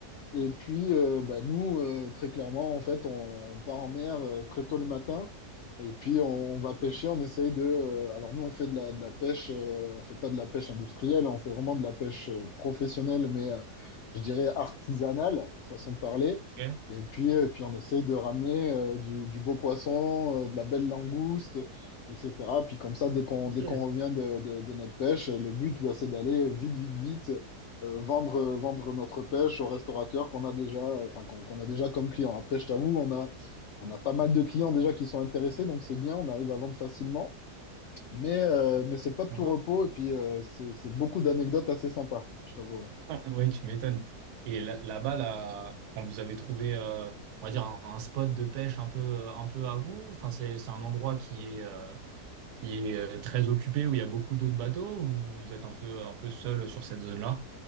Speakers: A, on the left; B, on the right.
A: Et puis, euh, bah, nous, euh, très clairement, en fait, on, on part en mer euh, très tôt le matin. Et puis, on, on va pêcher. On essaye de. euh, alors, nous, on fait de la, de la pêche. euh, on fait pas de la pêche industrielle. On fait vraiment de la pêche euh, professionnelle, mais euh, je dirais artisanale, façon de parler.
B: ok,
A: Et puis, et puis on essaye de ramener euh, du, du beau poisson, euh, de la belle langouste, etc. Puis, comme ça, dès qu'on
B: ok,
A: dès qu'on revient de, de, de notre pêche, le but, bah, c'est d'aller vite, vite, vite euh, vendre, euh, vendre notre pêche aux restaurateurs qu'on a déjà, euh, enfin, qu'on qu'on a déjà comme clients. Après, je t'avoue, on a, on a pas mal de clients déjà qui sont intéressés, donc c'est bien, on arrive à vendre facilement. Mais, euh, mais c'est pas de
B: sympa.
A: tout repos, et puis euh, c'est c'est beaucoup d'anecdotes assez sympas, je t'avouerai.
B: <laughs> Ouais, tu m'étonnes. Et là- là-bas, là, quand vous avez trouvé, euh, on va dire, un, un spot de pêche un peu, euh, un peu à vous, enfin, c'est, c'est un endroit qui est, euh, qui est euh, très occupé, où il y a beaucoup d'autres bateaux, ou vous êtes un peu, un peu seul sur cette zone-là?